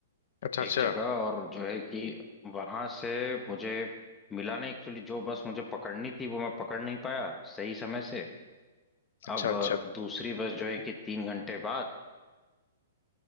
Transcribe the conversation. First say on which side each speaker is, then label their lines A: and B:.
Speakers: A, on the left (about 60°); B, on the left (about 15°).
A: अच्छा अच्छा
B: एक जगह और जो है कि वहां से मुझे मिला नहीं एक्चुअली जो बस मुझे पकड़नी थी वो मैं पकड़ नहीं पाया सही समय से
A: अच्छा
B: अब
A: अच्छा
B: दूसरी बस जो है कि तीन घंटे बाद